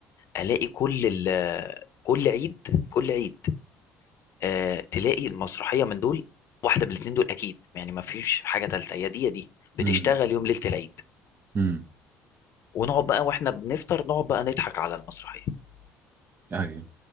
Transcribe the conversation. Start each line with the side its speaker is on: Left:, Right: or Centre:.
Left: الاقي كل ال كل عيد كل عيد آه، تلاقي المسرحيه من دول واحده من الاثنين دول اكيد يعني ما فيش حاجه ثالثه يا دي يا دي بتشتغل
Right: امم
Left: يوم ليله العيد
Right: امم
Left: ونقعد بقى واحنا بنفطر نقعد بقى نضحك على المسرحيه
Right: ايوه